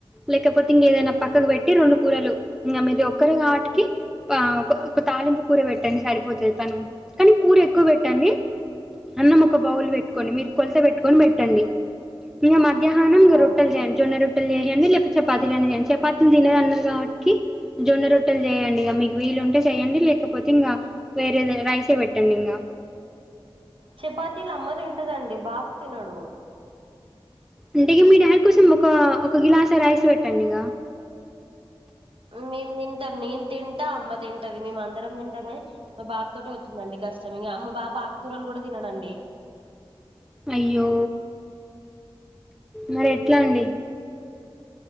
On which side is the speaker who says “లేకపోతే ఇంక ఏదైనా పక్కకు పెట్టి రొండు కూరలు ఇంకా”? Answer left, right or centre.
Centre